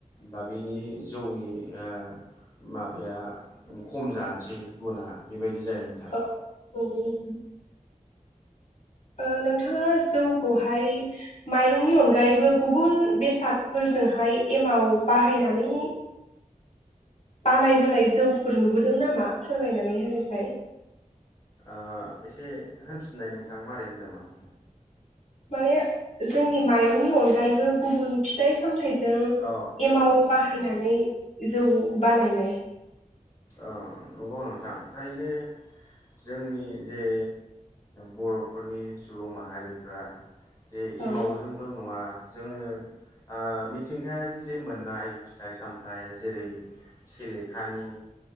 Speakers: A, on the left; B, on the left.
A: बा बेनि जौनि ओ माबाया खम जानोसै गुना बेबायदि
B: <unintelligible>
A: जायो नोंथां
B: ओ नोंथाङा जौखौहाय माइरंनि अनगायैबो गुबुन बेसादफोरजोंहाय एमाव बाहायनानै बानायबोनाय जौफोर नुबोदों नामा फोरमायनानै होनायसाय
A: ओ एसे होनफिननाय नोंथां माबै होनदोंमोन
B: माने जोंनि माइरंनि अन गायैबो गुबुन फिथाइ सामथाय जों
A: औ
B: एमाव बाहायनानै जौ बानायनाय
A: ओ नंगौ नोंथां थारैनो जोंनि जे बर'फोरनि सुबुं माहारिफ्रा जे
B: औ
A: एमावजोंल' नङा जोङो ओ मिथिंगायारि जे मोननाय फिथाइ सामथाइ जेरै सेलेखानि